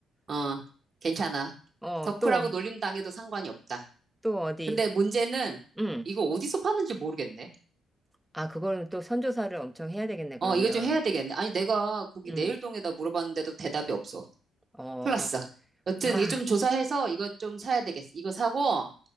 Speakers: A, on the right (about 40°); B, in the centre.
A: 어, 괜찮아.
B: 어,
A: 덕후라고
B: 또,
A: 놀림 당해도 상관이 없다.
B: 또 어디.
A: 근데 문제는
B: 음.
A: 이거 어디서 파는지 모르겠네.
B: 아, 그거는 또 선조사를 엄청 해야 되겠네, 그러면.
A: 어, 이거 좀 해야 되겠네. 아니, 내가 거기
B: 음.
A: 내일동에다 물어봤는데도 대답이 없어.
B: 어,
A: 플러스. 여튼
B: 아.
A: 이거 좀 조사해서 이거 좀 사야 되겠어. 이거 사고,